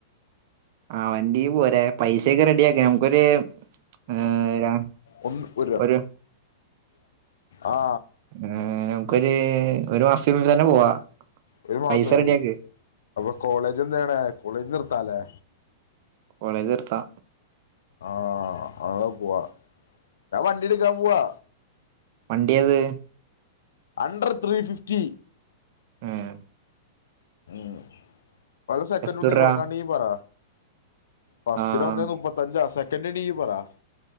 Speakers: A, on the right (about 55°); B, on the left (about 75°).
A: ആ വണ്ടിയും പോരെ പൈസയൊക്കെ റെഡിയാക്ക ഞമ്മക്കൊര് ആ
B: ഒന്ന് രൂപ.
A: ഒരു
B: ആ
A: ആ നമുക്കൊരു ഒരു മാസത്തിനുള്ളിൽ തന്നെ പോവാ
B: ഒരു മാസംല്ലേ
A: പൈസ റെഡിയാക്ക്
B: അപ്പൊ കോളേജ് എന്തായ്യ്ണേ കോളേജ് നിർ ത്താലേ.
A: കോളേജ് നിർത്താ.
B: ആഹ് അതാ പോവാ. ഞാൻ വണ്ടിട്ക്കാൻ പോവാ.
A: വണ്ടിയേത്?
B: Under three fifty.
A: ആഹ്
B: ഊം വല്ല സെക്കനൻഡും
A: എത്ര
B: ണ്ടേ
A: രൂപ
B: കൊടുക്കാണ്ടെങ്കി പറ ഫസ്റ്റിന്
A: ആഹ്
B: ഒന്നേ മുപ്പത്തഞ്ച് സെ പിന്നണീ പറ